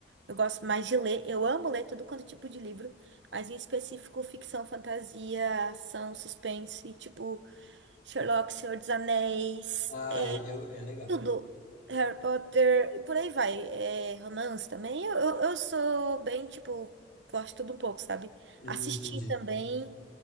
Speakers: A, on the right; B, on the left.
A: Eu gosto mais de ler, eu amo ler todo quanto é tipo de livro, mas em específico ficção, fantasia, ação, suspense, tipo Sherlock, Senhor dos Anéis,
B: Ah,
A: é,
B: é, é- é legal,
A: Tudo,
B: é legal.
A: Harry Potter, e por aí vai. É, romance também. Eu, eu, eu sou bem, tipo, gosto de tudo um pouco, sabe?
B: Hum,
A: Assistir
B: entendi.
A: também